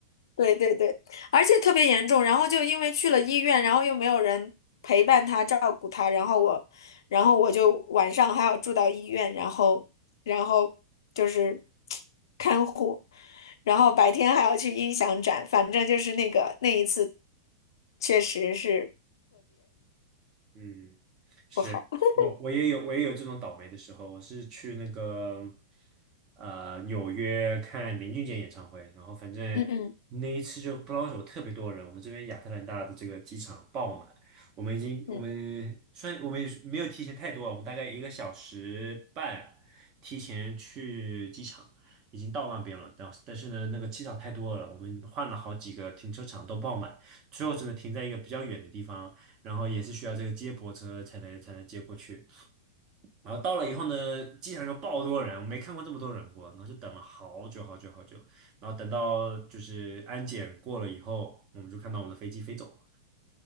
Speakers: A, on the left; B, on the right.
A: 对对对，而且特别严重，然后就因为去了医院，然后又没有人陪伴他、照顾他，然后我，然后我就晚上还要住到医院，然后，然后就是 <tsk> 看护，然后白天还要去音响展，反正就是那个那一次，确实是
B: 嗯，是我我也有我也有这种倒霉的时候，
A: 不好。<laughs>
B: 我是去那个呃纽约看林俊杰演唱会，然后反正那一次就不知道为什么特别多人，
A: 嗯嗯
B: 我们这边亚特兰大的这个机场爆满，我们已经我们虽然我们也是没有提前太多啊，
A: 嗯。
B: 我们大概一个小时半提前去机场，已经到那边了，但但是呢那个机场太多了，我们换了好几个停车场都爆满，最后只能停在一个比较远的地方。然后也是需要这个接驳车才能才能接过去。然后到了以后呢，机场就爆多人，我没看过这么多人过，然后就等了好久好久好久，然后等到就是安检过了以后，我们就看到我们的飞机飞走了。